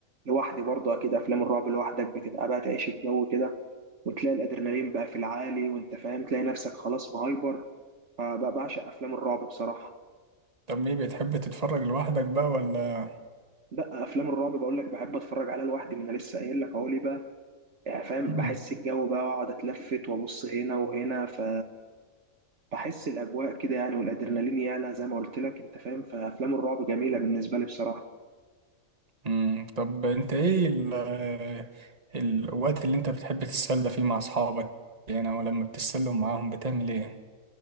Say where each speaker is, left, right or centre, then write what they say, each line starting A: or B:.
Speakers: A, on the right; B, on the right.
A: لوحدي برضه اكيد افلام الرعب لوحدك بتبقى بقى تعيش الجو كده وتلاقي الادرينالين بقى في العالي وانت فاهم تلاقي نفسك خلاص مهايبر فبقى بعشق افلام الرعب بصراحه
B: طب إيه بتحب تتفرج لوحدك بقى ولا
A: لا افلام الرعب بقول لك بحب اتفرج عليها لوحدي ما انا لسه قايل لك اهو ليه بقى يعني فاهم
B: <clears throat> مم.
A: بحس الجو بقى واقعد اتلفت وابص هنا وهنا ف بحس الاجواء كده يعني والادرينالين يعلى زي ما قلت لك انت فاهم فافلام الرعب جميله بالنسبه لي بصراحه
B: مم. طب أنت إيه ال- آه، الوقت اللي أنت بتحب تتسلى فيه مع أصحابك يعني أو لما بتتسلوا معاهم بتعمل إيه؟